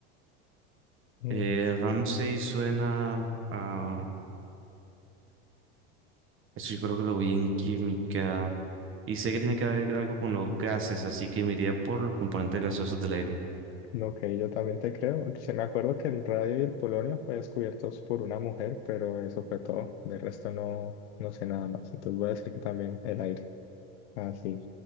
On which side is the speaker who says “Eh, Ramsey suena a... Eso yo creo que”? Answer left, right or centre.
Right